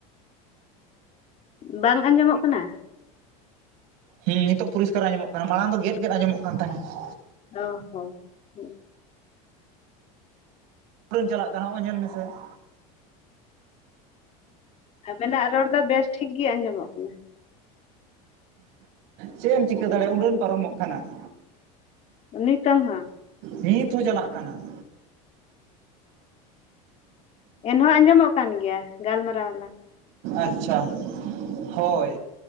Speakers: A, on the left; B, on the right.
A: ᱵᱟᱝ ᱟᱸᱡᱚᱢᱚᱜ ᱠᱟᱱᱟ ᱾
B: ᱦᱮᱸ ᱱᱤᱛᱚᱜ ᱯᱚᱨᱤᱥᱠᱟᱨ ᱟᱸᱚᱢᱚᱜ ᱠᱟᱱᱟ ᱢᱟᱲᱟᱝ ᱫᱚ ᱜᱮᱫᱜᱮᱫ ᱟᱸᱡᱚᱢᱚᱜ ᱠᱟᱱ ᱛᱟᱦᱮᱸᱫ ᱾
A: <unintelligible>
B: ᱩᱰᱟᱹᱱ ᱪᱟᱞᱟᱜ ᱠᱟᱱᱟ ᱦᱚᱸᱜᱼᱚᱭ ᱧᱮᱞ ᱢᱮᱥᱮ ᱾
A: ᱟᱵᱤᱱᱟᱜ ᱨᱚᱲ ᱫᱚ ᱵᱮᱥ ᱴᱷᱤᱠ ᱜᱮ ᱟᱸᱡᱚᱢᱚᱜ ᱠᱟᱱᱟ ᱾
B: ᱪᱮᱫ ᱮᱢ ᱪᱤᱠᱟᱹ ᱫᱟᱲᱮᱭᱟᱜᱼᱟ ᱩᱰᱟᱹᱱ ᱯᱟᱨᱚᱢᱚᱜ ᱠᱟᱱᱟ ᱾
A: ᱱᱤᱛᱚᱜ ᱦᱚᱸ᱾
B: ᱱᱤᱛ ᱦᱚᱸ ᱪᱟᱞᱟᱜ ᱠᱟᱱᱟ ᱾
A: ᱮᱱᱦᱚᱸ ᱟᱸᱡᱚᱢᱚᱜ ᱠᱟᱱ ᱜᱮᱭᱟ ᱜᱟᱞᱢᱟᱨᱟ ᱟᱞᱟᱝ ᱾
B: ᱟᱪᱪᱷᱟ ᱦᱳᱭ